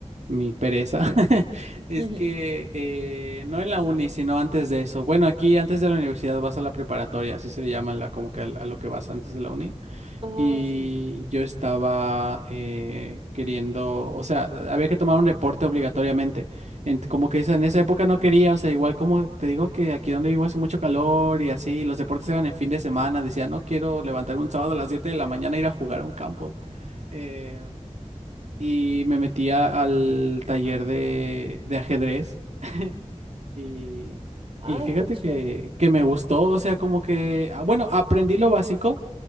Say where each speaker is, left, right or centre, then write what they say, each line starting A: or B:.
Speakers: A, on the right (about 70°); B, on the right (about 45°).
A: mi pereza, <laughs> es
B: <laughs>
A: que eh, no en la uni, sino antes de eso. Bueno, aquí antes de la universidad vas a la preparatoria, así se le llama la, como que a, a lo que vas antes de la uni
B: Ah,
A: y
B: sí.
A: yo estaba eh, queriendo, o sea, había que tomar un reporte obligatoriamente. Ent- como que esa- en esa época no quería, o sea, igual como te digo que aquí donde vivo hace mucho calor y así, los deportes eran en fin de semana, decía, no quiero levantarme un sábado a las 7 de la mañana e ir a jugar a un campo. Eh, y me metía al taller de, de ajedrez. <laughs> Y,
B: Ay,
A: y fíjate
B: qué chévere.
A: que, que me gustó, o sea, como que, ah, bueno, aprendí lo básico